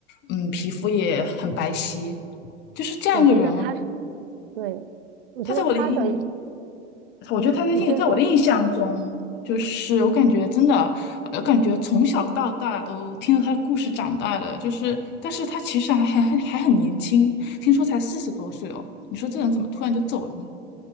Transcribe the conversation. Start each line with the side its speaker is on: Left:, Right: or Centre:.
Left: 嗯，皮肤也很白皙，就是这样一个人。
Right: 我觉得他是，对，我觉得他的，
Left: 他在我的印我觉得他的印，
Right: 你先说。
Left: 在我的印象中，就是我感觉真的，我感觉从小到大都听着他的故事长大的，就是，但是他其实还还很还很年轻，听说才四十多岁哦。你说这人怎么突然就走了呢？